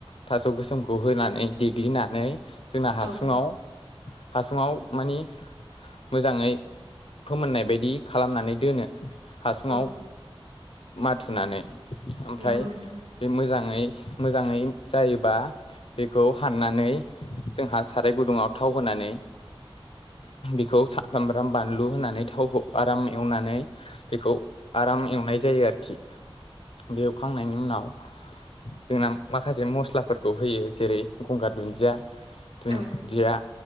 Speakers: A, on the left (about 70°); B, on the right (about 80°).
A: थास' गोसोमखौ होनानै देग्लिनानै जोंना हासुङाव
B: औ
A: हासुुंयाव मानि मोजांङै फोमोननाय बायदि खालामनानै दोनो हासुंङाव
B: औ
A: माथुनानै ओमफ्राय
B: नंगौ नोंथां
A: बे मोजां मोजांङै मोजांङै जायोबा बेखौ हाननानै जोंहा साराय गुदुंङाव थाव होनानै बेखौ सामब्राम बानलु होनानै थावखौ आराम एवनानै बेखौ आराम एवनाय जायो। आरोखि बेवखांनायनि उनाव जोंना माखासे मस्लाफोरखौ होयो जेरै गंगार दुन्दिया दुन्दिया
B: औ